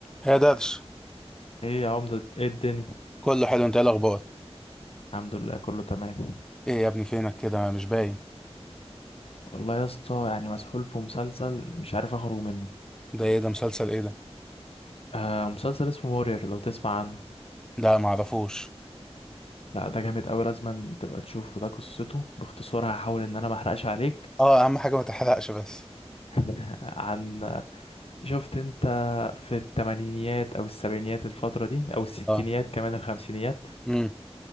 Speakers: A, in the centre; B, on the left.
A: يا درش
B: ايه يا عمدة ايه الدنيا
A: كله حلو انت ايه الاخبار
B: الحمد لله كله تمام
A: ايه يا ابني فينك كده مش باين
B: والله يا اسطى يعني مسحول في مسلسل مش عارف اخرج منه
A: ده ايه ده مسلسل ايه ده
B: آه مسلسل اسمه مورير لو تسمع عنه
A: ده معرفوش
B: لا ده جامد قوي لازم تبقى تشوفه ده قصته باختصار هحاول ان انا ما احرقش عليك
A: اه اهم حاجه ما تحرقش بس
B: <laughs> عن شفت انت في التمانينيات او السبعينيات الفترة دي او الستينيات
A: اه
B: كمان الخمسينيات
A: امم